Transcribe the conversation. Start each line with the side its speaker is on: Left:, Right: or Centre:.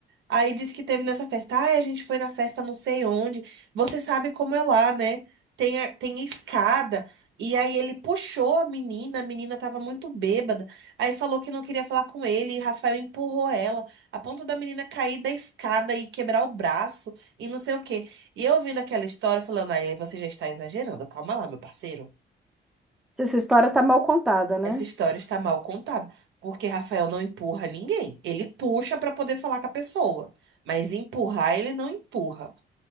Right: Aí disse que teve nessa festa. Ah, a gente foi na festa não sei onde. Você sabe como é lá, né? Tem, a- tem escada. E aí ele puxou a menina, a menina tava muito bêbada. Aí falou que não queria falar com ele, e Rafael empurrou ela, a ponto da menina cair da escada e quebrar o braço e não sei o quê. E eu ouvindo aquela história, falando, aí você já está exagerando, calma lá, meu parceiro.
Centre: Essa história tá mal contada, né?
Right: Essa história está mal contada, porque Rafael não empurra ninguém. Ele puxa para poder falar com a pessoa, mas empurrar ele não empurra.